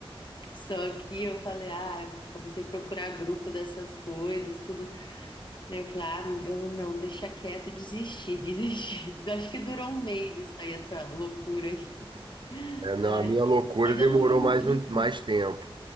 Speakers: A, on the left; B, on the right.
A: Só que eu falei, ah, comecei a procurar grupo dessas coisas, tudo. Daí eu falei, ah, eu não, deixa quieto, desisti, <laughs> desisti. Acho que durou um mês isso aí, essa loucura aí.
B: É, não,
A: Ai,
B: a minha loucura
A: mas
B: demorou
A: eu não julgo,
B: mais,
A: não
B: um, mais
A: julgo.
B: tempo.